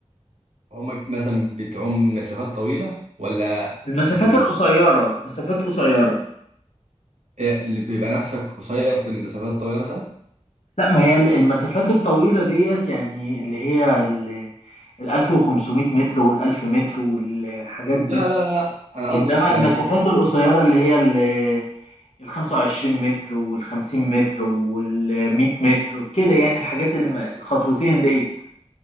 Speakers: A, on the right (about 80°); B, on the left (about 70°).
A: عمرك مثلا بتعوم مسافات طويلة ولا
B: المسافات
A: مم،
B: القصيره مسافات قصيره
A: إيه اللي بيبقى نفسك قصير في المسافات الطويلة مثلا
B: لا ما هي المسافات الطويله ديت يعني اللي هي ال ال 1500 متر وال 1000 متر والحاجات دي
A: لا لا لا انا قصدي
B: انما
A: مثلا
B: المسافات
A: ايه
B: القصيره اللي هي ال 25 متر وال 50 متر وال 100 متر كده يعني الحاجات الم- الخطوتين ديت